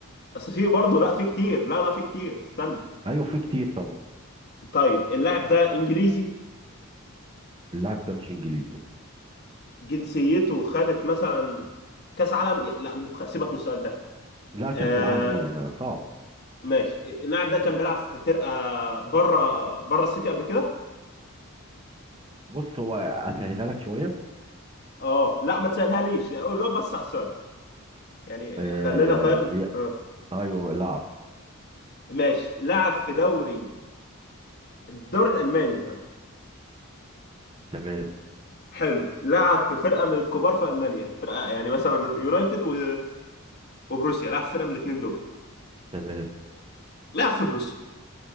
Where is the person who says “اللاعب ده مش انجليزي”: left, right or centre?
Right